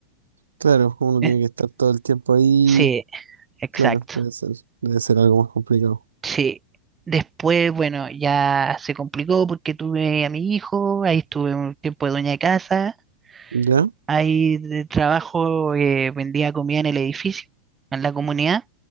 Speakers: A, on the right; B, on the right.
A: Claro, uno
B: Eh,
A: tiene que estar todo el tiempo ahí.
B: Sí, exacto.
A: Claro, debe ser, debe ser algo más complicado.
B: Sí. Después, bueno, ya se complicó porque tuve a mi hijo, ahí estuve un tiempo de dueña de casa
A: ¿Ya?
B: Ahí de trabajo, eh, vendía comida en el edificio, en la comunidad.